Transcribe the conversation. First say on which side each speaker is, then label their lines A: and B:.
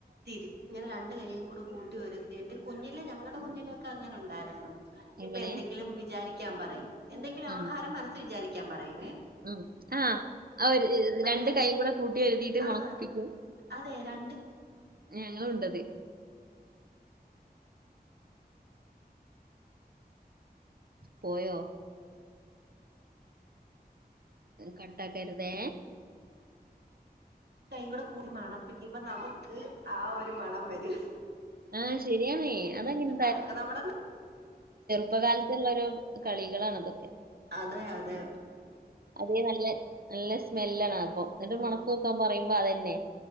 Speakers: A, on the right (about 80°); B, on the right (about 65°).
A: തിരി ഇങ്ങനെ രണ്ട കയും കൂടെ കൂട്ടി വരുത്തിയിട്ട് കുഞ്ഞില ഞങ്ങളടെ കുഞ്ഞില ഒക്കെ അങ്ങനെ ഉണ്ടായിരുന്നു
B: എങ്ങനെ
A: ഇപ്പൊ എന്തെങ്കിലും വിചാരിക്കാൻ പറയും എന്തെങ്കിലും
B: ഉം,
A: ആഹാരം മനസി വിചാരിക്കാൻ പറയും
B: ഉം ആഹ ആ ഒരു
A: എന്നിട്ട്
B: രണ്ട കൈയും കൂടെ കൂട്ടി വരുതിയിട്ട്
A: ആഹ്
B: മുളപ്പിക്കും
A: അതെ രണ്ട്
B: ഞങ്ങുണ്ടത് പോയ കട്ടക്കരുതെ
A: കൈ കൂടെ കൂടാണ് പിക്കുമ്പ നമുക്ക് ആ ഒരു മണം വരൂ
B: ആ ശരിയാണ് അതങ്ങനെ
A: അതൊക്കെ നമ്മടെ
B: ഇപ്പ കാലത്തുള്ളര കളികളാണ അതൊക്കെ
A: അതെ അതെ
B: അതേ നല്ല നല്ല സ്മെല്ലാണ് അപ്പ എന്നിട്ട് മുണക്ക നെക്കാൻ പറയുമ്പോ അതന്നെ